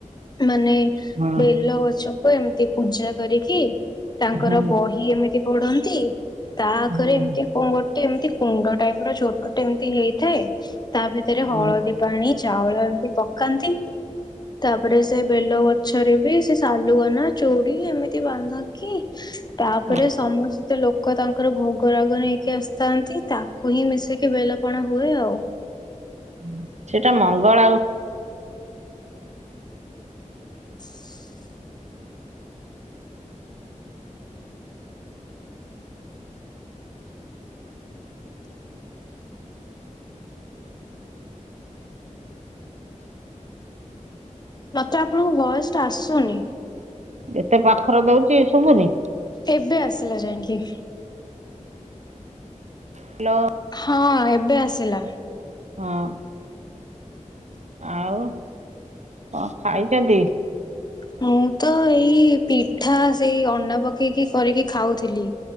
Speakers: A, on the left; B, on the right.
A: ମାନେ
B: ହଁ
A: ବେଲ ଗଛକୁ ଏମିତି ପୂଜା କରିକି ତାଙ୍କର
B: ହଁ
A: ବହି ଏମିତି ପୋଢନ୍ତି ତା ଆଗରେ
B: ହଁ
A: ଏମିତି କଣ ଗୋଟେ ଏମିତି କୁଣ୍ଡ ଟାଇପ୍ ର ଛୋଟ ଟେ ଏମ ତି ହେଇଥାଏ ତା ଭିତରେ ହଳଦୀ
B: ହଁ
A: ପାଣି ଚାଉଳ ଏମିତି ପକାନ୍ତି। ତାପରେ ସେ ବେଲ ଗଛରେ ବି ସେ ସାଲୁଗନା ଚୁଡି ଏମିତି ବାନ୍ଧକି। ତାପରେ
B: ହଁ
A: ସମସ୍ତେ ଲୋ କ ତାଙ୍କର ଭୋଗ ରାଗ ନେଇକି ଆସିଥାନ୍ତି ତାକୁ ହିଁ ମିଶିକି ବେଲପଣା ହୁଏ ଆଉ।
B: ହୁଁ, ସେଇଟା ମଙ୍ଗଳା ଉ
A: ସି। ମୋତେ ଆପଣଙ୍କ ଭଏସ୍ ଟା ଆସୁନି।
B: ଏତେ ପାଖର ଦଉଚି ଶୁବୁନି?
A: ଏବେ ଆସିଲା ଯାଇଁକି।
B: ହଁ
A: ହଁ ଏବେ ଆସିଲା।
B: ହଁ। ଆଉ କଣ ଖାଇଛନ୍ତି?
A: ମୁଁ ତ ଏଇ ପିଠା ସେଇ ଅଣ୍ଡା ପକେଇକି କରିକି ଖାଉଥିଲି।